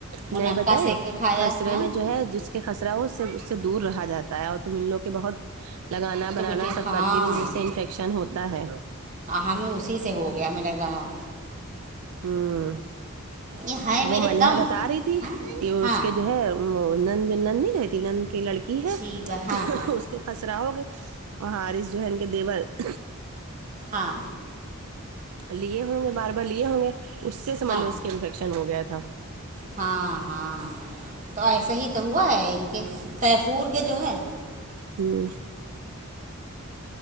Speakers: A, on the right; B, on the right.
A: وہ
B: نہیں
A: نکہ
B: بتائیں
A: سینک کے کھایا
B: خسرے
A: ہ
B: میں جو ہے جس کے <inaudible> خسرا ہو اس سے اس سے دور رہا جاتا ہے اور تم لو کہ بہت لگانا بنانا
A: تو بیٹی
B: سب
A: ہاں
B: کرتی رہی اس سے انفیکشن ہوتا ہے
A: ہمیں اسی سے ہو گیا ہمیں لگ رہا ہے
B: ہوں
A: یہ میرے
B: وہ ملحا
A: کم
B: بتا رہی تھی
A: ہاں
B: کہ اس
A: ہاں
B: کے جو ہے وہ نن جو نند نہیں رہتی نن کی لڑکی ہے
A: شیبہ ہاں ہاں
B: اس کے <inaudible> ہسرا ہوگے وہاںرس جو ہے ان کے دیور <inaudible>
A: ہاں
B: لیے ہوں گے بار بار لیے ہوں گے اس سے سبھ
A: ہاں
B: لو اس کے انفیکشن ہو گیا تھا
A: ہاں ہاں تو ایسے ہی تو ہوا ہے ان کے تیفور کے جو ہے <inaudible>
B: ہوں